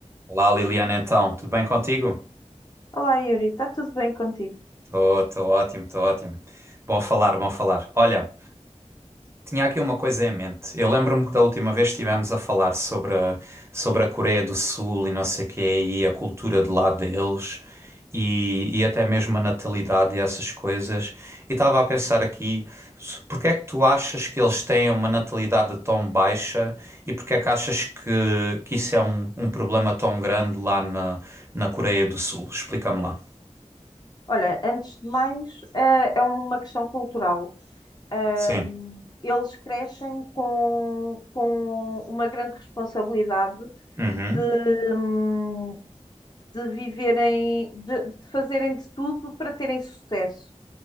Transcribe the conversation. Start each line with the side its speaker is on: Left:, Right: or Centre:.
Right: Olá Liliana, então, tudo bem contigo?
Left: Olá, Yuri, está tudo bem contigo?
Right: Estou ótimo, estou ótimo. Bom falar, bom falar. Olha, tinha aqui uma coisa em mente. Eu lembro-me que da última vez estivemos a falar sobre a, sobre a Coreia do Sul e não sei o quê, e a cultura de lá deles, e, e até mesmo a natalidade e essas coisas. E estava a pensar aqui, s- porque é que tu achas que eles têm uma natalidade tão baixa e porque é que achas que, que isso é um, um problema tão grande lá na, na Coreia do Sul? Explica-me lá.
Left: Olha, antes de mais, eh, é um, uma questão cultural. Ahm,
Right: Sim.
Left: eles crescem com, com uma grande responsabilidade
Right: Uhum,
Left: de, hum, de viverem, de de fazerem de tudo para terem sucesso.